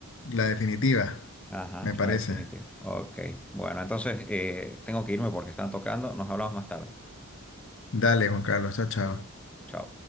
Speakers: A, on the left; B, in the centre.
A: La definitiva,
B: Ajá,
A: me parece.
B: la definitiva. Ok. Bueno, entonces eh, tengo que irme porque están tocando. Nos hablamos más tarde.
A: Dale, Juan Carlos. Chao, chao.
B: Chao.